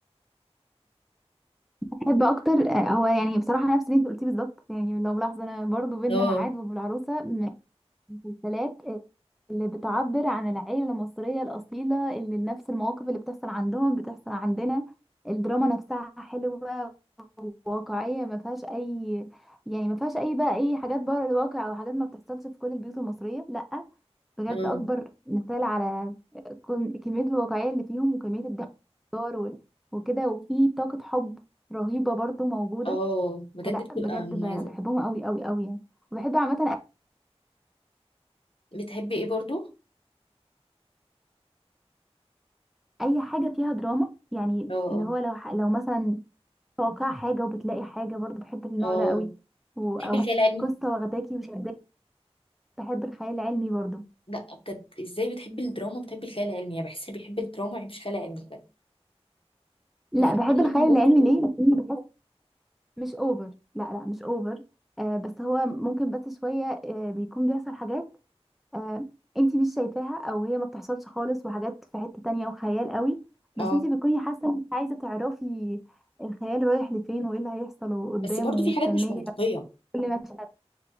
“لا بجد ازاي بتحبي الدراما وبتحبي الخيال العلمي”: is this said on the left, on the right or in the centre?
Left